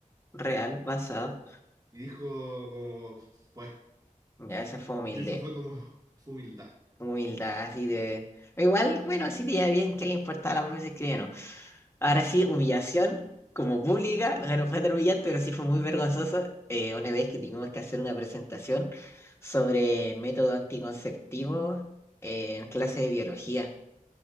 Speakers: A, on the left (about 20°); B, on the right (about 25°).
A: real, basado.
B: Y dijo, como, pues.
A: Ya, esa fue humilde.
B: Y eso fue como <laughs> su humildad.
A: Humildad, así de. Igual, bueno, así te iba bien, ¿qué le importaba a la profesora si escribía o no? Ahora sí, humillación como pública, o sea, no fue tan humillante, pero sí fue muy vergonzoso eh, una vez que tuvimos que hacer una presentación sobre método anticonceptivo eh, en clase de biología.